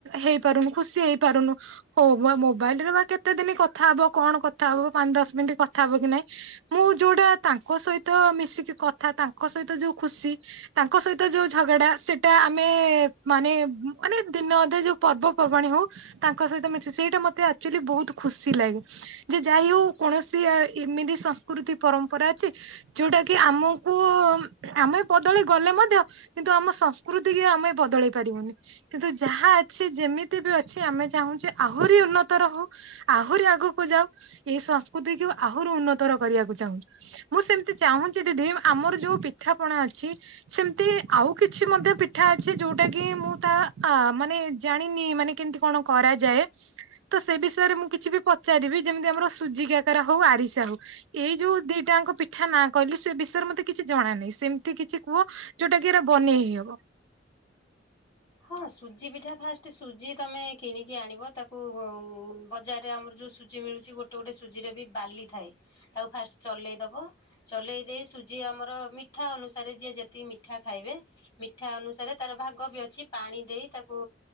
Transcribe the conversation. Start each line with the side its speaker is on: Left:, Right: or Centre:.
Right: ହେଇପାରୁନୁ ଖୁସି ହେଇପାରୁନୁ। ହଉ ମୋବାଇଲି ରେ ବା କେତେ ଦିନ କଥା ହବ କଣ କଥା ହବ ପାଞ୍ଚ ଦଶ ମିନିଟ କଥା ହବ କି ନାଇଁ? ମୁଁ ଯୋଉଟା ତାଙ୍କ ସହିତ ମିଶିକି କଥା ତାଙ୍କ ସହିତ ଯୋଉ ଖୁସି। ତାଙ୍କ ସହିତ ଯୋଉ ଝଗଡା ସେଟା ଆମେ ମାନେ ମାନେ ଦିନ ଅଧେ ଯୋଉ ପର୍ବ ପର୍ବାଣ ହଉ। ତାଙ୍କ ସହିତ ମିଶି ସେଇଟା ମତେ ଆକ୍ଚୁଲି ବହୁତ ଖୁସି ଲାଗେ। ଯେ ଯାଇ ହଉ କୌଣସି ଏମିତି ସଂସ୍କୃତି ପରମ୍ପରା ଅଛି। ଯୋଉଟା କି ଆମକୁ ଆମେ ବଦଳେଇ ଗଲେ ମଧ୍ୟ କିନ୍ତୁ ଆମ ସଂସ୍କୃତି କି ଆମେ ବଦଳେଇ ପାରିବୁନି। କିନ୍ତୁ ଯାହା ଅଛି ଯେମିତି ବି ଅଛି ଆମେ ଚାହୁଁଛୁ ଆହୁରି ଉନ୍ନତ ରହୁ ଆହୁରି ଆଗକୁ ଯାଉ ଏଇ ସଂସ୍କୃତିକୁ ଆହୁରି ଉନ୍ନତର କରିବାକୁ ଚାହୁଁ। ମୁଁ ସେମିତି ଚାହୁଁଛି ଦିଦି ଆମର ଯୋଉ ପିଠାପଣା ଅଛି। ସେମିତି ଆଉ କିଛି ମଧ୍ୟ ପିଠା ଅଛି ଯୋଉଟା କି ମୁଁ ତା ଅ ମାନେ ଜାଣିନି ମାନେ କେମିତି କଣ କରାଯାଏ? ତ ସେ ବିଷୟରେ ମୁଁ କିଛି ବି ପଚାରିବି ଯେମିତି ଆମର ସୁଜି କାକେରା ହଉ ଆରିସା ହଉ। ଏଇ ଯୋଉ ଦିଟାଙ୍କ ପିଠା ନାଁ କହିଲି ସେ ବିଷୟରେ ମତେ କିଛି ଜଣାାନାହିଁ। ସେମିତି କିଛି କୁହ ଯୋଉଟା କି ଏରା ବନେଇ ହେଇ ହବ।
Left: ହଁ ସୁଜି ପିଠା ଫାଷ୍ଟ ସୁଜି ତମେ କିଣିକି ଆଣିବ ତାକୁ ବଜାରରେ ଆମର ଯେଉଁ? ସୁଜି ମିଳୁଛି ଗୋଟେ ଗୋଟେ ସୁଜିରେ ବି ବାଲି ଥାଏ। ତାକୁ ଫାଷ୍ଟ ଚଲେଇଦବ ଚଲେଇ ଦେଇ ସୁଜି ଆମର ମି ମିଠା ଅନୁସାରେ ଯିଏ ଯେତିକି ମିଠା ଖାଇବେ ମିଠା ଅନୁସାରେ ତାର ଭାଗ ବି ଅଛି। ପାଣି ଦେଇ ତାକୁ